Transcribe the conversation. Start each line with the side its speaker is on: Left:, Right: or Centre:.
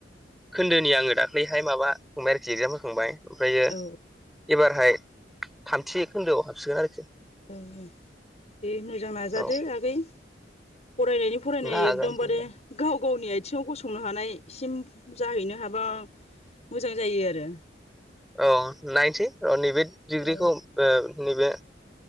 Centre: खोन्दोनि आङो दाख्लैहाय माबा खांबाय आरोखि एगजाम होखांबाय ओमफ्रायो
Left: औ
Centre: एबारहाय थामथि खोन्दोआव हाबसिगोन आरोखि
Left: औ औ दे मोजां नाजादो
Centre: औ
Left: आगै फरायनायनि फरायनाय
Centre: नाजानोसै
Left: एकदमबारे गाव गावनि आथिङाव गसंनो हानायसिम जाहैनो हाबा। मोजां जायो आरो।
Centre: औ नायनोसै औ नैबे डिग्रिखौ
Left: ओ
Centre: ओ नैबे